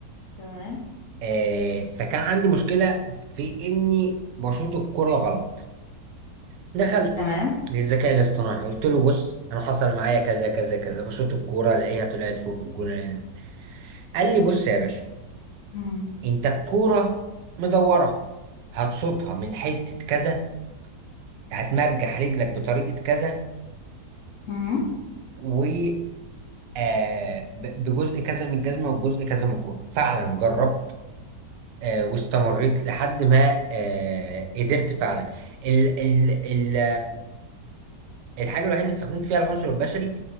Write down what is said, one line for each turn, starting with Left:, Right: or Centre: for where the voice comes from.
Left: تمام
Right: آه فكان عندي مشكله في اني بشوط الكوره غلط دخلت
Left: تمام
Right: للذكاء الاصطناعي قلت له بص انا حصل معايا كذا كذا كذا بشوط الكوره الاقيها طلعت فوق الجون ألاقيها نزلت. قال لي بص يا باشا
Left: مم.
Right: انت الكوره مدوره هتشوطها من حته كذا هتمرجح رجلك بطريقه كذا
Left: مم.
Right: و آه، ب- بجزء كذا من الجزمه وجزء كذا من الكوره فعلا جربت آه، واستمريت لحد ما آه، قدرت فعلا ال ال ال الحاجة الوحيدة اللي استخدمت فيها العنصر البشري